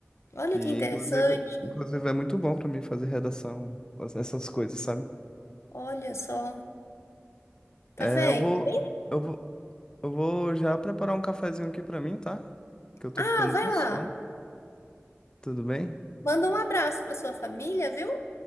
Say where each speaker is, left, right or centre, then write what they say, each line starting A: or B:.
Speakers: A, on the left; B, on the left.
A: Olha
B: que
A: que interessante.
B: inclusive, inclusive é muito bom pra mim fazer redação, essas coisas, sabe?
A: Olha só. Tá
B: É,
A: vendo?
B: eu vou,
A: Nem-
B: eu vou, eu vou já preparar um cafezinho aqui pra mim, tá? Que eu tô
A: Ah,
B: ficando
A: vai
B: com sono,
A: lá.
B: tudo bem?
A: Manda um abraço pra sua família, viu?